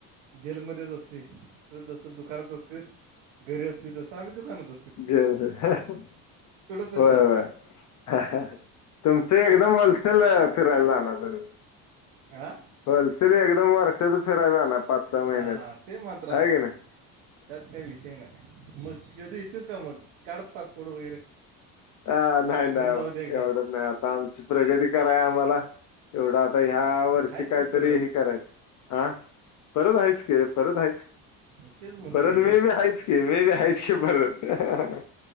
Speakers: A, on the right; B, on the left.
A: जेलमध्येच असतोयं. तु जसं दुकानात असते घरी असते तसं आम्ही दुकानात अस
B: जर अ हं हं
A: पण
B: व्हयं
A: जात नाही
B: व्हयं अ हा हा तुमचं ए ते होलसेल फिरयला लागणार तर
A: आ.
B: होलसेल एकदम वर्षाचं फिराय जाणार. पाच सहा महिन्याच
A: हा हा ते मात्र
B: आहे
A: हाय
B: की नाही
A: त्यात काय विषय नाय. मग कधी येतोस का मग काढ पासपोर्ट वगैरे.
B: आ नाही
A: होऊन
B: नाही आबा
A: जाऊ दे एकदा
B: एवढ्यात नाही आता आमची प्रगती कराय आम्हाला एवढं आ आता ह्यावर्षी
A: आहेच की
B: काहीतरी
A: परत
B: हि करायचं आ परत आहेच की परत आहेच.
A: मग तेच म्हणते
B: परत
A: की रे
B: वेळ बी हायच की वेळ हायच की परत हं हं हं.